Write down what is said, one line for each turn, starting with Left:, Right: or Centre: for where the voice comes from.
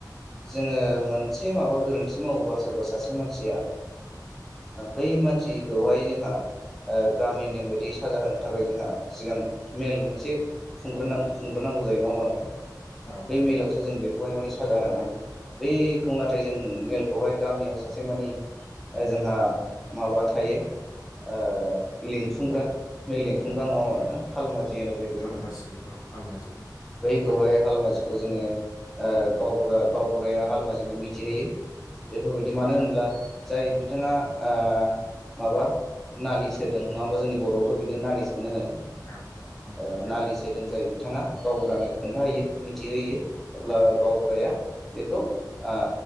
Centre: जोंङो मोनसे माबा गोरोन्थि मावोबा सोरबा सासे मानसिया बै मानसिखौहाय जोंहा ओ गामि नेम बायदि साजा होनो थाखाय जोंहा सिगां मेल मोनसे खुंग्रो नां खुंग्रोनांगौ जायो नङा ओमबा नोंथां
Left: औ
Centre: बै
Left: नोंथां
Centre: मेलआवसो जों बे साजा होनाय हायो बेखौ नाथाय जों मेलखौहाय गामियाव सासे माने ओ जोंहा माबा थायो ओ लिंथुमग्रा मेल लिंथुमग्रा नङा ओमबा नोंथां
Left: औ
Centre: हालमाजि होनो जायखौ
Left: हालमाजि
Centre: जोङो
Left: औ हालमाजि हो
Centre: बैखौहाय हालमाजिखौ जोङो ओ गावबुरा गावबुराया हालमाजिनो मिथिहोयो बेफोरबायदि
Left: औ
Centre: मानो होनब्ला जाय बिथाङा ओ माबा नालिस होदों नङा ओमबा जोंनि बर'आवथ' बिनो नालिसखौनो होनो। ओ
Left: औ औ औ
Centre: नालिस होदों जाय बिथाङा गावबुरानो खोन्था होयो मिथिहोयो। अब्ला गावबुराया बेखौ ओ